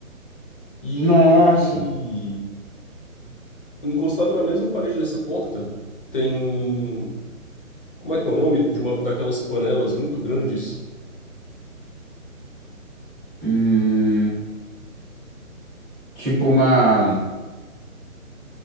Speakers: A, on the left; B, in the centre.
A: E
B: Nossa,
A: encostado na mesma parede dessa porta tem um. Como é que é o nome de uma daquelas panelas muito grandes?
B: hum, tipo uma,